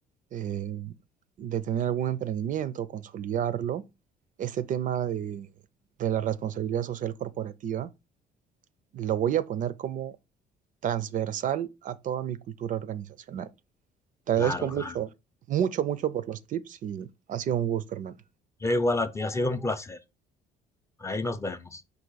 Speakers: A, on the right; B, on the left.
A: eh, de tener algún emprendimiento, consolidarlo, este tema de, de la responsabilidad social corporativa lo voy a poner como transversal a toda mi cultura organizacional. Te
B: Claro,
A: agradezco mucho,
B: claro.
A: mucho, mucho por los tips y ha sido un gusto, hermano.
B: Yo igual a ti, ha sido un placer. Ahí nos vemos.